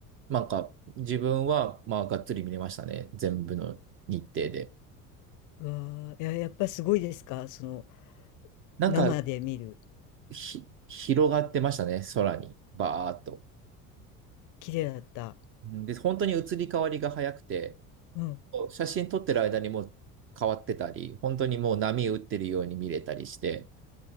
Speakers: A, on the right; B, on the left.
A: なんか、自分は、まあ、がっつり見れましたね。全部の日程で。
B: わあ、いや、やっぱすごいですか？その、
A: なんか、
B: 生で見る、
A: ひ、広がってましたね、空に、バーっと。
B: 綺麗だった。
A: うんで、本当に移り変わりが早くて、
B: うん。
A: 写真撮ってる間にもう変わってたり、本当にもう波打ってるように見れたりして、